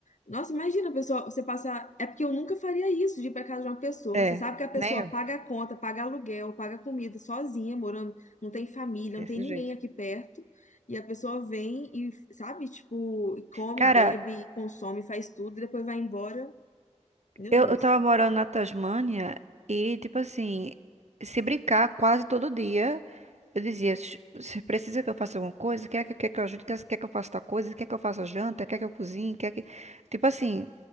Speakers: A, on the left; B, on the right.
A: Nossa, imagina, a pessoa, você passar. É porque eu nunca faria isso de ir pra casa de uma pessoa.
B: É,
A: Você sabe que a pessoa
B: nem eu,
A: paga a conta, paga aluguel, paga comida sozinha, morando, não tem família,
B: desse
A: não tem ninguém
B: jeito.
A: aqui perto. E a pessoa vem e, sabe, tipo, e come,
B: Cara,
A: bebe, e consome, faz tudo, e depois vai embora. Meu
B: Eu,
A: Deus.
B: eu tava morando na Tasmânia e, tipo assim, se brincar quase todo dia, eu dizia, "Sh- você precisa que eu faça alguma coisa? Quer que, quer que eu ajude? Quer, quer que eu faça tal coisa? Quer que eu faça janta? Quer que eu cozinhe? Quer que... Tipo assim,